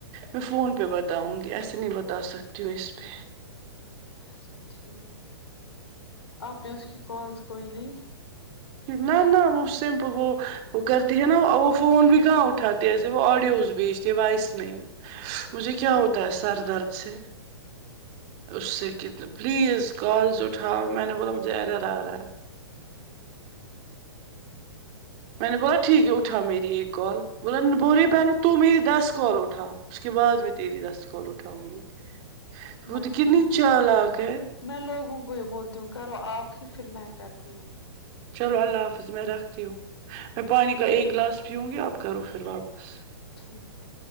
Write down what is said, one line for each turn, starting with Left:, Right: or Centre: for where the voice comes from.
Right: میں فون پہ بتاؤں گی ایسے نہیں بتا سکتی ہوں اس پہ
Left: اچھا ٹھیک آپ نے اس کی کالز کوئی لی
Right: <inaudible> نہ نہ وہ سمپل وہ وہ کرتی ہے نا وہ فون بھی کہاں اٹھاتے ایسے وہ آڈیو اس بھی کے بعس میں مجھے کیا ہوتا ہے سر درد سے اس سے کتنے پلیز کالز اٹھاؤ میں نے بولا مجھے ایرر آ رہا ہے میں نے بولا ٹھیک ہے اٹھا میری ایک کال بولا بول رہی پہلے تو میری دس کال اٹھاؤ اس کے بعد میں تیری دس کال اٹھاؤں گی وہ
Left: مطلب
Right: تو کنی
Left: ہی
Right: چار لاکاک ہے
Left: میں لوگوں کو ہی بولتی ہوں کرو آپ ہی پھر میں کرتی ہوں
Right: چلو اللہ حافظ میں رکھتی ہوں میں پانی کا ایک گلاس پیوں گی آپ کرو پھر واپس
Left: ٹھیک ہے